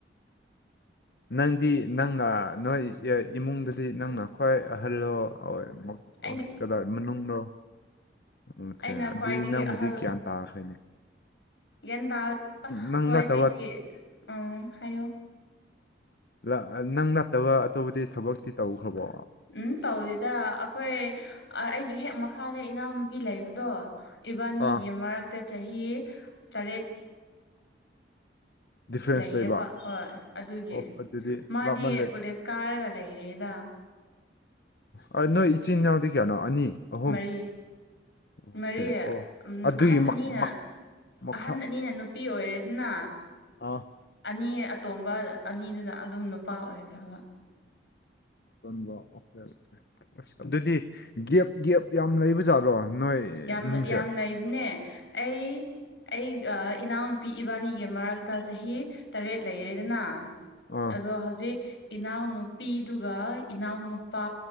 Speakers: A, on the left; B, on the left.
A: <inaudible>
B: ꯅꯪꯗꯤ ꯅꯪꯅ ꯅꯣꯏ ꯏꯃꯨꯡꯗꯗꯤ ꯅꯪꯅ ꯈ꯭ꯋꯥꯏ ꯑꯍꯜꯂꯣ <unintelligible>
A: ꯑꯩꯅ
B: ꯀꯗꯥꯏ ꯃꯅꯨꯡꯅꯣ ꯑꯣꯀꯦ
A: ꯑꯩꯅ
B: ꯑꯗꯨꯗꯤ
A: ꯈ꯭ꯋꯥꯏꯗꯒꯤ
B: ꯅꯪꯕꯨꯗꯤ
A: ꯑꯍꯜ
B: ꯒ꯭ꯌꯥꯟ ꯇꯥꯈ꯭ꯔꯦ
A: ꯒ꯭ꯌꯥꯟ ꯇꯥ <unintelligible>
B: ꯅꯪ
A: ꯍꯣꯏ
B: ꯅꯠꯇꯕ
A: ꯑꯗꯨꯒꯤ ꯎꯝ ꯍꯥꯏꯌꯣ
B: <unintelligible> ꯅꯪ ꯅꯠꯇꯕ ꯑꯇꯣꯞꯄꯗꯤ ꯊꯕꯛꯇꯤ ꯇꯧꯈ꯭ꯔꯕꯣ
A: ꯎꯝ ꯇꯧꯗꯦꯗ ꯑꯩꯈꯣꯏ ꯑꯩꯒꯤ ꯍꯦꯛ ꯃꯈꯥꯗ ꯏꯅꯥꯎꯅꯨꯄꯤ ꯂꯩꯕꯗꯣ ꯏꯕꯥꯅꯤꯒꯤ
B: ꯑꯥ
A: ꯃꯔꯛꯇ ꯆꯍꯤ ꯇꯔꯦꯠ
B: ꯗꯤꯐ꯭ꯔꯦꯟꯁ
A: ꯂꯩꯌꯦꯕ
B: ꯂꯩꯕ
A: ꯍꯣꯏ ꯑꯗꯨꯒꯤ
B: ꯑꯣ ꯑꯗꯨꯗꯤ
A: ꯃꯥꯗꯤ
B: ꯂꯥꯞꯃꯜꯂꯦ
A: ꯀꯣꯂꯦꯖ ꯀꯥꯔꯒ ꯂꯩꯔꯦꯗ
B: ꯑꯣ ꯅꯣꯏ ꯏꯆꯤꯟ ꯏꯅꯥꯎꯗꯤ ꯀꯌꯥꯅꯣ ꯑꯅꯤ ꯑꯍꯨꯝ
A: ꯃꯔꯤ
B: ꯑꯣꯀꯦ
A: ꯃꯔꯤ
B: ꯑꯣ
A: ꯎꯝ
B: ꯑꯗꯨꯒꯤ
A: ꯑꯍꯟ
B: ꯃꯛ
A: ꯑꯅꯤꯅ
B: ꯃꯛ ꯃꯈꯥ
A: ꯑꯍꯟ ꯑꯅꯤꯅ ꯅ ꯄꯤ ꯑꯣꯏꯔꯦꯅ
B: ꯑꯥ
A: ꯑꯅꯤ ꯑꯇꯣꯝꯕ ꯑꯅꯤꯗꯨꯅ ꯑꯗꯨꯝ ꯅꯨꯄꯥ ꯑꯣꯏꯈ꯭ꯔꯕ
B: <unintelligible> ꯑꯁ ꯑꯗꯨꯗꯤ ꯒꯦꯞ ꯒꯦꯞ ꯌꯥꯝ ꯂꯩꯕꯖꯥꯠꯔꯣ ꯅꯣꯏ
A: ꯌꯥꯝ
B: ꯏꯃꯨꯡꯁꯦ
A: ꯌꯥꯝ ꯂꯩꯕꯅꯦ ꯑꯩ ꯑꯩꯒ ꯏꯅꯥꯎꯅꯨꯄꯤ ꯏꯕꯥꯅꯤꯒꯤ ꯃꯔꯛꯇ ꯆꯍꯤ ꯇꯔꯦꯠ ꯂꯩꯔꯦꯗꯅ
B: ꯑꯥ
A: ꯑꯗꯣ ꯍꯧꯖꯤꯛ ꯏꯅꯥꯎꯅꯨꯄꯤꯗꯨꯒ ꯏꯅꯥꯎꯅꯨꯄꯥ